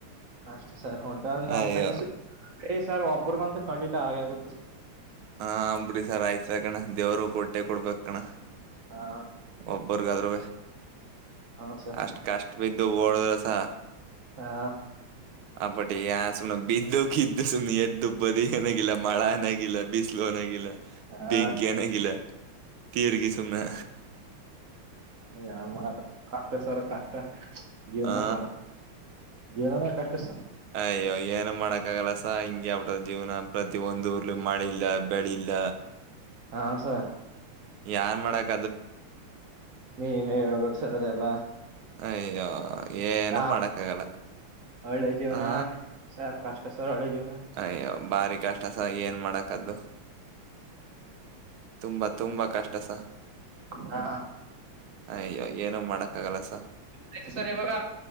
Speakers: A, on the right (about 50°); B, on the right (about 75°).
A: ಅಷ್ಟ ಸರ್ ಹೊಂಟ ನಮ್
B: ಅಯ್ಯೋ
A: ಫ್ರೆಂಡ್ಸ್ ಏ್ ಸರ್ ಒ. ಒಬ್ಬರ್ಗ ಅಂತ ಖಂಡಿತ ಹಾಗೆ ಆಗುತ್ತ ಸ್.
B: ಆ ಬಿಡಿ ಸರ್ ಆಯ್ತ್ ಕಣ ದೇವರು ಕೋಟೆ ಕೊಡ್ಬೇಕ್ ಕಣ.
A: ಹಾ
B: ಒಬ್ಬರ್ಗಾದ್ರೂ
A: ಹಾ ಸರ್
B: ಅಷ್ಟ ಕಷ್ಟ ಬಿದ್ದು ಓಡದ್ರಸ.
A: ಹಾ
B: ಪಟ್ಟಿ ಾ ಸುನ ಬಿದ್ದು ಕಿದ್ದು ಸುಿ ಎ್ದು ಬಿಗೆಿಲ್ಲ. ಮಳ ಏನಾಗಿಿಲ್ಲ. ನಾಗಲಾ
A: ಹಾ
B: ಬೆಂಕಿಯ ನಾಗಲಾ <inaudible> ತೀರ್ಗಿ ಸುಮನೆ.
A: ಯನ್ ಮಾಡಕ್ ಕಷ್ಟ ಸರ್ ಕಷ್ಟ ಜೀವನ
B: ಆ
A: ಬರ್. ಏನಾನೇ ಕಷ್ಟಸ್.
B: ಅಯ್ಯೋ ಏನು ಮಾಡಕ್ಕ ಆಗಲ್ಲಸ ಹಿಂಂಗಗೆ ಅವ್ರ ಜೀವನ ಪ್ರತಿ ಒಂದ ಊರ್ಲಿ ಮಳಿಲ್ಲ ಬೆಳಿಲ್ಲ.
A: ಆಶಾ
B: ಯನ್ ಮಾಡಕ್
A: ನೀನುೇ ಹೇಳ್ಬೇಕ ಸರ್ದೆ ಎಲ್ಲ
B: ಅಯ್ಯೋ ಏನು
A: ನ
B: ಮಾಡಕ್ಕಾಗಲ್ಲ
A: ಒಳ್ಳೆ ಜೀವನ
B: ಆ
A: ಸರ್ ಕಷ್ಟ ಸಾ ಹಳ್ಳಿ ಜೀವನ
B: ಅಯ್ಯೋ ಬಾರಿ ಕಷ್ಟಸ ಏನ್ ಮಾಡಕದ್ದು ತುಂಬಾ ತುಂಬಾ ಕಷ್ಟಸ
A: ಹಾ
B: ಅಯ್ಯ ಏನೋ ಮಾಡಕ್ ಕಾಗಲಸ
A: ಆಯ್ತ ಸರ್ ಇವಾಗ